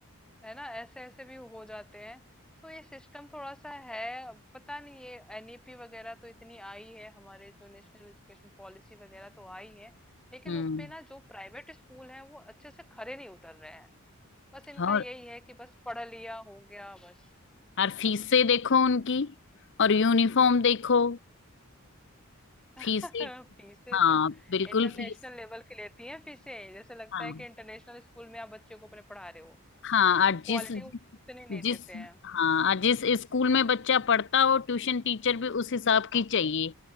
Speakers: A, in the centre; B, on the left.
A: है ना ऐसे ऐसे भी हो जाते हैं तो ये सिस्टम थोड़ा सा है अब पता नहीं ये एनईपी वगैरह तो इतनी आई है हमारे जो नेशनल एजुकेशन पॉलिसी वगैरह तो आई है लेकिन
B: हम्म
A: उसपे ना जो प्राइवेट स्कूल हैं वो अच्छे से खरे नहीं उतर रहे हैं बस इनका
B: और
A: यही है कि बस पढ़ लिया हो गया बस
B: और फीसें देखो उनकी और यूनिफॉर्म देखो
A: <laughs>
B: फीसें
A: फीसें
B: हाँ
A: तो
B: बिल्कुल
A: इंटरनेशनल
B: फीस
A: लेवल की लेती हैं फीसें जैसे लगता
B: हाँ
A: है कि इंटरनेशनल स्कूल में आप बच्चे को अपने पढ़ा रहे हो
B: हाँ और जिस
A: क्वालिटी उतनी नहीं
B: जिस
A: देते हैं
B: हाँ और जिस स्कूल में बच्चा पढ़ता हो ट्यूशन टीचर भी उस हिसाब की चाहिए